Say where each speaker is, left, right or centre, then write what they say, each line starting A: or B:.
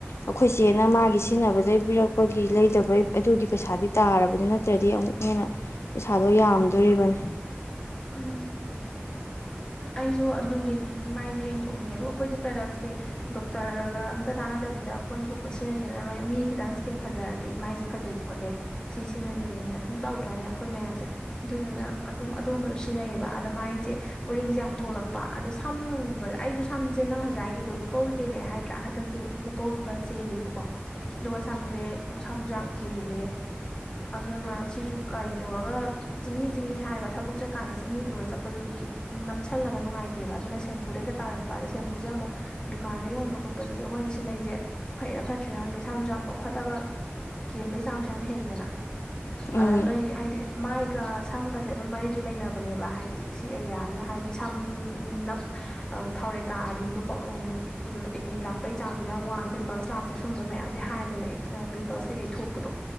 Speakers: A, on the left; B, on the left.
A: ꯑꯩꯈꯣꯏ ꯆꯦꯅ ꯃꯥꯒꯤ ꯁꯤꯖꯤꯟꯅꯕꯗꯩ ꯄꯤꯔꯛꯄꯒꯤ ꯂꯩꯗꯕꯩ ꯑꯗꯨꯒꯤ ꯄꯩꯁꯥꯗꯤ ꯇꯥꯔꯕꯗꯤ ꯅꯠꯇ꯭ꯔꯗꯤ ꯑꯃꯨꯛ ꯍꯦꯟꯅ ꯄꯩꯁꯥꯗꯣ ꯌꯥꯝꯗꯣꯔꯤꯕꯅꯤ
B: ꯎꯝ ꯑꯩꯁꯨ ꯑꯗꯨ ꯌꯦꯡ ꯃꯥꯏꯁꯦ ꯌꯦꯡꯊꯣꯛꯅꯤꯡꯉꯦ ꯑꯗꯣ ꯑꯩꯈꯣꯏꯗꯤ ꯄ꯭ꯔꯗꯛꯁꯦ ꯗꯣꯛꯇꯔꯒ ꯑꯝꯇ ꯇꯥꯟꯅꯗꯕꯤꯗ ꯑꯩꯈꯣꯏꯅ ꯊꯣꯛꯄ ꯁꯤꯖꯤꯟꯅꯩꯗꯅ ꯃꯤ ꯈꯤꯇꯪ ꯏꯁꯀꯤꯟ ꯐꯖꯔꯗꯤ ꯃꯥꯏꯁꯦ ꯐꯖꯩ ꯈꯣꯠꯂꯦ ꯁꯤ ꯁꯤꯖꯤꯟꯅꯅꯤꯡꯉꯦꯅ ꯑꯗꯨꯝ ꯇꯧꯗ꯭ꯔꯅꯦ ꯑꯩꯈꯣꯏ ꯃꯌꯥꯝꯁꯦ ꯑꯗꯨꯗꯨꯅ ꯑꯗꯨꯝ ꯑꯗꯨꯝꯕꯗ ꯁꯤꯟꯅꯩꯌꯦꯕ ꯑꯗꯣ ꯃꯥꯏꯖꯦ ꯎꯔꯤꯡꯁꯦ ꯌꯥꯝ ꯊꯣꯛꯂꯛꯄ ꯑꯗꯣ ꯁꯝ ꯅꯨꯡꯒ ꯑꯩꯁꯨ ꯁꯝꯁꯦ ꯅꯪ ꯍꯧꯖꯤꯛ ꯍꯥꯏꯈꯤꯕꯗꯣ ꯂꯨꯄꯧ ꯀꯩ ꯀꯩ ꯂꯩ ꯍꯥꯏꯗ꯭ꯔꯥ ꯍꯟꯗꯛꯇꯤ ꯂꯨꯄꯧꯁꯨ ꯈꯔ ꯆꯦꯜꯂꯦꯕꯀꯣ ꯑꯗꯨꯒ ꯁꯝꯁꯦ ꯁꯝꯁꯨ ꯌꯥꯝ ꯀꯦꯜꯂꯦ ꯑꯗꯨꯅ ꯁꯤꯁꯨ ꯀꯔꯤ ꯇꯧꯔꯒ ꯆꯤꯡꯍꯤ ꯆꯤꯡꯍꯤ ꯍꯥꯏꯕ ꯊꯕꯛ ꯆꯠ ꯀꯥꯟꯗ ꯆꯤꯡꯍꯤ ꯂꯨꯔ ꯆꯠꯄꯗꯨꯗꯤ ꯅꯞꯁꯜꯂꯒ ꯅꯨꯡꯉꯥꯏꯇꯦꯕ ꯑꯗꯨꯅ ꯁꯦꯝꯄꯨꯗ ꯍꯦꯛꯇ ꯇꯥꯔꯛꯄ ꯑꯗ ꯁꯦꯝꯄꯨꯁꯦ ꯑꯃꯨꯛ ꯗꯨꯀꯥꯟꯗ ꯌꯣꯟꯕ ꯈꯣꯠꯄꯁꯤꯗꯤ ꯑꯩꯈꯣꯏꯅ ꯁꯤꯟꯅꯩꯁꯦ ꯐꯩꯔꯥ ꯐꯠꯇ꯭ꯔꯤꯔ ꯈꯪꯗꯦ ꯁꯝꯖꯦ ꯌꯥꯝ ꯄꯧꯈꯠꯂꯒ ꯀꯦꯟꯕꯩ ꯆꯥꯡꯁꯨ ꯌꯥꯝ ꯍꯦꯜꯂꯤꯗꯅ
A: ꯎꯝ
B: ꯑꯗ ꯅꯣꯏ ꯍꯥꯏꯗꯤ ꯃꯥꯏꯒ ꯁꯝꯒꯁꯦ ꯑꯗꯨꯝ ꯃꯔꯤ ꯗꯤ ꯂꯩꯅꯕꯅꯦꯕ ꯍꯥꯏꯗꯤ ꯁꯤ ꯑꯦꯔꯤꯌꯥꯅꯤꯅ ꯍꯥꯏꯗꯤ ꯁꯝ ꯅꯞ ꯑ ꯊꯥꯎꯔꯦꯛ ꯀꯥꯔꯗꯤ ꯂꯨꯄꯧ ꯎꯝ ꯑꯦꯛꯅꯤ ꯂꯥꯛꯄꯩ ꯆꯥꯡꯁꯨ ꯌꯥꯝ ꯋꯥꯡꯏ ꯄꯤꯝꯄꯜꯁ ꯂꯥꯛ ꯑꯁꯨꯝꯕ ꯃꯌꯥꯝꯗꯤ ꯍꯥꯏꯗꯅ ꯑꯦ ꯑ ꯄꯤꯝꯄꯜꯁ ꯀꯩꯀꯩ ꯊꯣꯛꯄꯗꯣ